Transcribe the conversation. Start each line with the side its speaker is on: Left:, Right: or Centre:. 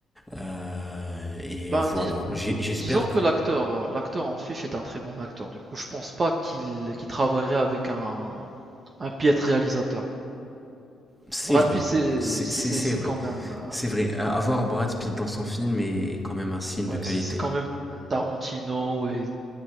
Centre: Euh, et
Right: Ben,
Centre: voilà,
Right: dis-
Centre: J'ai- j'espère
Right: disons que
Centre: que
Right: l'acteur, euh, l'acteur en fiche est un très bon acteur. Du coup, je pense pas qu'il qu'il travaillerait avec un, un piètre réalisateur.
Centre: c'est
Right: Brad
Centre: vrai.
Right: Pitt, c'est
Centre: C'est,
Right: c'est-
Centre: c'est,
Right: c'est-
Centre: c'est
Right: c'est
Centre: vrai.
Right: quand même euh,
Centre: C'est vrai. Euh, Avoir Brad Pitt dans son film est quand même un signe
Right: ouais,
Centre: de qualité.
Right: c'est c'est quand même Tarantino et,